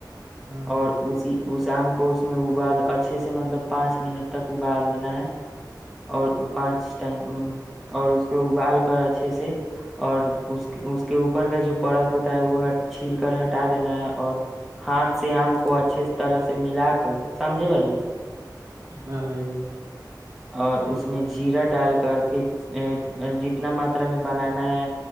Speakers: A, on the right (about 55°); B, in the centre.
A: بھائی
B: اور اسی اس شام کو میں ابال اچھے سے مطلب پانچ منٹ تک ابال لینا ہے اور پانچ ٹم اور اس کو ابال کر اچھے سے اور اس اس کے اوپر کا جو پرت ہوتا ہے وہ چھیل کر ہٹا دینا ہے اور ہاتھ سے آم کو اچھے طرح سے ملا کر سمجھے بھائیے
A: ہاں بھی
B: اور اس میں جیرا ڈال کر پھر جتنا ماترا میں بنانا ہے